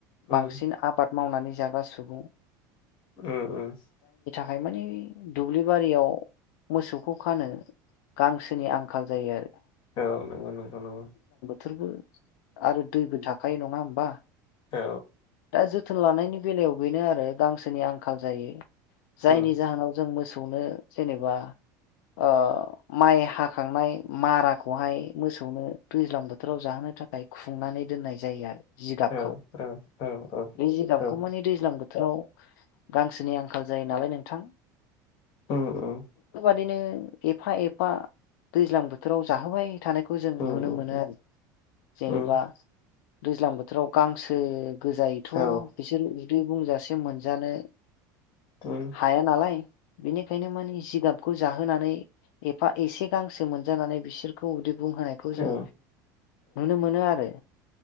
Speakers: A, on the left; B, on the left.
A: उम
B: बांसिन आबाद मावनानै जाग्रा सुबुं
A: ओम ओस
B: हाय माने दुब्लि बारियाव मोसौखौ खानो गांसोनि आंखाल जायो आरो
A: औ नोंगौ नोंगौ नोंगौ
B: थोरबो आरो दैबो थाखायो नङा होमबा
A: औ
B: दा जोथोन लानायनि बेलायाव बेनो आरो गांसोनि आंखाल जायो जायनि
A: उम
B: जाहोनाव जों मोसौनो जेनेबा ओ माइ हाखांनाय माराखौहाय मोसौनो दैज्लां बोथोराव जाहोनो नो थाखाय खुंनानै दोननाय जायो आरो जिगाबखौ
A: औ औ औ औ
B: बे जिगाबखौ
A: औ
B: माने दैज्लां बोथोराव गांसोनि आंखाल जायो नालाय नोंथां
A: ओम ओ
B: फैनो एफा एफा दैज्लां बोथोराव जाहोबाय थानायखौ जों
A: उम
B: नुनो
A: उम
B: मोनो
A: उम
B: आरो जेनेबा
A: उम
B: दैज्लां बोथोराव गांसो गोजायैथ'
A: औ
B: बिसोर उदै बुंजासे मोनजानो
A: उम
B: हाया नालाय बेनिखायनो माने जिगाबखौ जाहोनानै एफा एसे गांसो मोनजानानै बिसोरखौ उदैब बुंहोनायखौ
A: औ
B: जों नुनो मोनो आरो